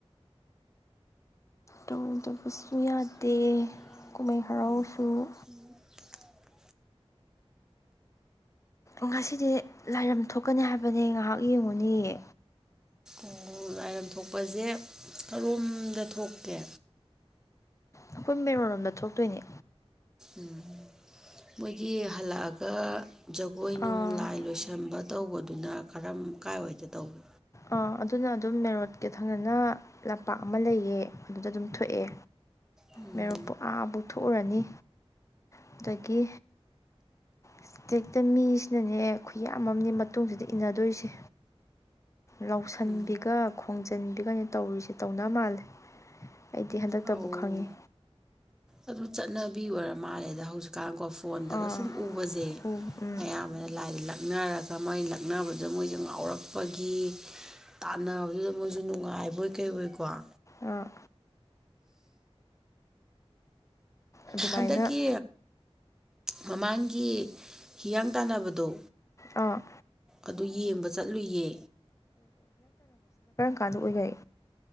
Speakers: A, on the left; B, in the centre.
A: ꯇꯧꯗꯕꯁꯨ
B: ꯁꯗ
A: ꯌꯥꯗꯦ ꯀꯨꯝꯍꯩ
B: ꯃ
A: ꯍꯔꯥꯎꯁꯨ ꯉꯁꯤꯗꯤ ꯂꯥꯏꯔꯝ ꯊꯣꯛꯀꯅꯤ ꯍꯥꯏꯕꯅꯦ ꯉꯥꯏꯍꯥꯛ ꯌꯦꯡꯉꯨꯅꯤꯌꯦ
B: ꯎ ꯂꯥꯏꯔꯝ ꯊꯣꯛꯄꯁꯦ ꯀꯔꯣꯝꯗ ꯊꯣꯛꯀꯦ
A: ꯑꯩꯈꯣꯏ ꯃꯦꯔꯣꯂꯣꯝꯗ ꯊꯣꯛꯇꯣꯏꯅꯦ
B: ꯎꯝ ꯃꯣꯏꯒꯤ ꯍꯜꯂꯛꯑꯒ ꯖꯒꯣꯏ
A: ꯑꯥ
B: ꯅꯨꯡ ꯂꯥꯏ ꯂꯣꯏꯁꯟꯕ ꯇꯧꯕꯗꯨꯅ ꯀꯔꯝ ꯀꯥꯏꯋꯥꯏꯗꯦ ꯇꯧꯕ
A: ꯑꯣ ꯑꯗꯨꯅ ꯑꯗꯨꯝ ꯃꯦꯔꯣꯠꯀ ꯊꯪꯅꯅ ꯂꯝꯄꯥꯛ ꯑꯃ ꯂꯩꯌꯦ ꯑꯗꯨꯗ ꯑꯗꯨꯝ ꯊꯣꯛꯑꯦ
B: ꯎꯝ
A: ꯃꯦꯔꯣꯛꯄꯨ ꯑꯥꯕꯨꯛ ꯊꯣꯛꯎꯔꯅꯤ ꯑꯗꯨꯗꯒꯤ ꯏꯁꯇꯦꯛꯇ ꯃꯤꯁꯤꯅꯅꯦ ꯈꯨꯌꯥꯝꯅꯦ ꯃꯇꯨꯡꯁꯤꯗ ꯏꯟꯅꯗꯣꯏꯁꯦ ꯂꯧꯁꯤꯟꯕꯤꯒ
B: ꯎꯝ
A: ꯈꯣꯡꯖꯤꯟꯕꯤꯒꯅꯤ ꯇꯧꯔꯤꯁꯦ ꯇꯧꯅꯕ ꯃꯥꯜꯂꯦ ꯑꯩꯗꯤ ꯍꯟꯗꯛꯇꯕꯨ
B: ꯑꯧ
A: ꯈꯪꯉꯤ
B: ꯑꯗꯨ ꯆꯠꯅꯕꯤ ꯑꯣꯏꯔ ꯃꯥꯜꯂꯦꯗ ꯍꯧꯖꯤꯛꯀꯥꯟꯀꯣ ꯐꯣꯟꯗꯒ
A: ꯑꯥ
B: ꯁꯨꯝ ꯎꯕꯁꯦ
A: ꯎ ꯎꯝ
B: ꯃꯌꯥꯝ ꯃꯌꯥꯝ ꯂꯥꯏꯗ ꯂꯛꯅꯔꯒ ꯃꯣꯏ ꯂꯛꯅꯕꯗ ꯃꯣꯏꯁꯦ ꯉꯥꯎꯔꯛꯄꯒꯤ ꯇꯥꯟꯅꯕꯗꯨꯗ ꯃꯣꯏꯁꯨ ꯅꯨꯡꯉꯥꯏꯕꯣꯏ ꯀꯩ ꯑꯣꯏꯀꯣ ꯎ
A: ꯑꯥ ꯑꯗꯨꯃꯥꯏꯅ
B: ꯍꯟꯗꯛꯀꯤ ꯃꯃꯥꯡꯒꯤ ꯍꯤꯌꯥꯡ ꯇꯥꯟꯅꯕꯗꯣ
A: ꯑꯥ
B: ꯑꯗꯨ ꯌꯦꯡꯕ ꯆꯠꯂꯨꯏꯌꯦ
A: ꯀꯥꯗꯏꯈꯩ